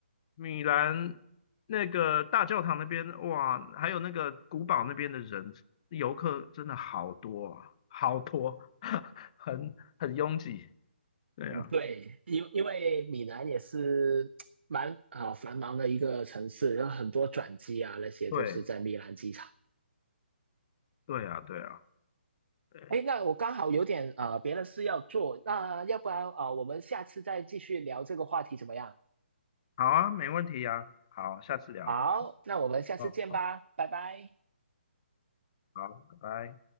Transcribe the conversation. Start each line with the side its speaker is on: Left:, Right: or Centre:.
Left: 米兰那个大教堂那边，哇，还有那个古堡那边的人，游客真的好多啊，好多，<laughs> 很很拥挤。对啊，
Right: 嗯，对，因因为米兰也是蛮啊、繁忙的一个城市，有很多转机啊，那些都是在米兰机场。
Left: 对，对啊，对啊，对，
Right: 哎，那我刚好有点呃别的事要做，那要不然啊、呃我们下次再继续聊这个话题怎么样？
Left: 好啊，没问题啊，好，下次聊，
Right: 好，
Left: 好，
Right: 那我们下次见吧，
Left: 好，
Right: 拜拜。
Left: 好，拜拜。